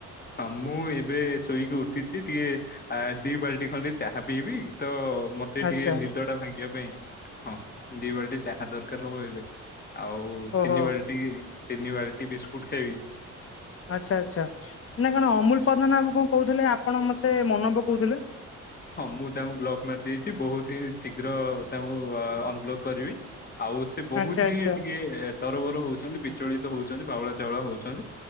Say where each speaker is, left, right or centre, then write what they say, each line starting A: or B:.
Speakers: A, on the left (about 30°); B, on the left (about 50°).
A: ହଁ ମୁଁ ଏବେ ଶୋଇକି ଉଠିଛି ଟିକେ ଆ ଦି ବାଲ୍ଟି ଖଣ୍ଡେ ଚାହା ପିଇବି ତ ମତେ
B: ଆଚ୍ଛା
A: ଟିକେ ନିଦ ଟା ଭାଙ୍ଗିବା ପାଇଁ । ହଁ ଦି ବାଲ୍ଟି ଚାହା ଦରକାର ହବ ଏବେ, ଆଉ
B: ଓହୋ
A: ତିନି ବାଲ୍ଟି ତିନି ବାରଟି ବିିସ୍କୁଟ ଖାଇବି
B: ଆଛା ଆଚ୍ଛା ନା କଣ ଅମୁଲ ପଦ୍ମନାବ କଣ କହୁଥିଲେ ଆପଣ ମତେ ମତେ ମନ ପକଉଥିଲେ ।
A: ହଁ ମୁଁ ତାଙ୍କୁ ବ୍ଲକ୍ ମାରି ଦେଇଛି ବହୁତ ହିଁ ଶୀଘ୍ର ତାଙ୍କୁ ଅନବ୍ଲକ୍ କରିବି । ଆଉ ସେ ବହୁତ
B: ଆଚ୍ଛା ଆଚ୍ଛା।
A: ହିଁ ଟିକେ ତରବର ହଉଛନ୍ତି, ବିଚଳିତ ହଉଛନ୍ତି, ବାଉଳା ଚାଉଳା ହଉଛନ୍ତି,